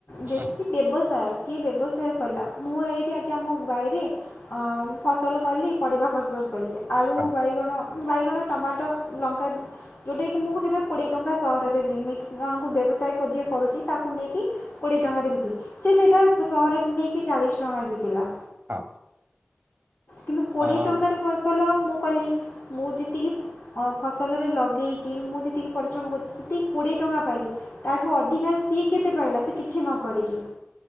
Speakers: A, on the left; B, on the right.
A: ଯେତିକି
B: ହଁ
A: ବ୍ୟବସାୟ ଯିଏ ବ୍ୟବସାୟ କଲା ମୁଁ ଏଇଠି ଆଜି ଆମ ଗାଈରେ ଫସଲ କଲି ପରିବା ଫସଲ କଲି ଆଳୁ
B: ହଁ
A: ବାଇଗଣ ବାଇଗଣ ଟମାଟୋ ଲଙ୍କା ଯଉଟା କି ମୁଁ ସେଟା କୋଡ଼ିଏ ଟଙ୍କା ସହରରେ ବି <unintelligible> ନେଇକିଣଙ୍କୁ ବ୍ୟବସାୟ ଯିଏ କରୁଛି ତାକୁ ନେଇକି କୋଡ଼ିଏ ଟଙ୍କାରେ ବିକିବି ସେ ସେଇଟା <unintelligible> ସହରରେ ନେଇ କି ଚାଳିଶ ଟଙ୍କା ବିକିଲା।
B: ହଁ।
A: କିନ୍ତୁ କୋଡ଼ିଏ
B: ହଁ
A: ଟଙ୍କାର ଫସଲ ମୁଁ କଲି ମୁଁ ଯେତିକି ଫସଲରେ ଲଗେଇଛି ମୁଁ ଯେତିକି ପରିଶ୍ରମ କରୁଛି ସେତିକି କୋଡ଼ିଏ ଟଙ୍କା ପାଇଁ। ତାଠୁ ଅଧିକା ସିଏ କେତେ ପାଇଲା ସେ କିଛି ନ କରିକି।